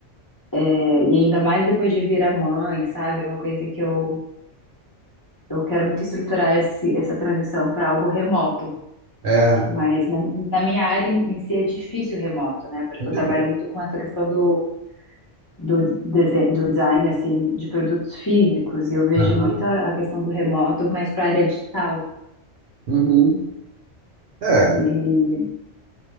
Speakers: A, on the left; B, on the right.
A: eh, e ainda mais depois de virar mãe, sabe? É uma coisa que eu, eu quero muito estruturar esse, essa transição para algo remoto.
B: é.
A: Mas na, na minha área em em si é difícil o remoto, né? Porque
B: Mesmo?
A: eu trabalho muito com essa questão do, do, dese- do design, assim, de produtos físicos, e eu vejo
B: Aham,
A: muito a, a questão do remoto, mas para a área digital.
B: uhum. É,
A: e